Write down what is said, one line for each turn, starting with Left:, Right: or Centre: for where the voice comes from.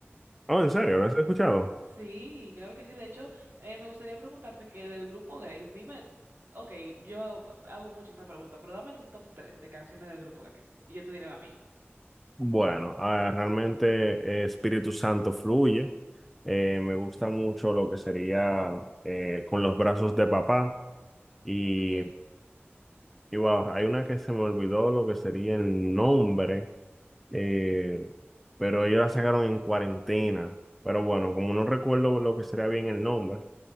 Centre: Oh, en serio, ¿las has escuchado?
Right: Sí, claro que sí. De hecho, eh, me gustaría preguntarte que del grupo Grace, dime, ok, yo hago mucho esta pregunta, pero dame tu top 3 de canciones del grupo Grace y yo te diré la mía.
Centre: Bueno, ah, realmente eh, Espíritu Santo fluye. Eh, me gusta mucho lo que sería eh, con los brazos de papá. Y,
Right: Ok,
Centre: y wow, hay una que se me olvidó lo que sería el nombre, eh, pero ellos la sacaron en cuarentena. Pero bueno, como no recuerdo lo que sería bien el nombre,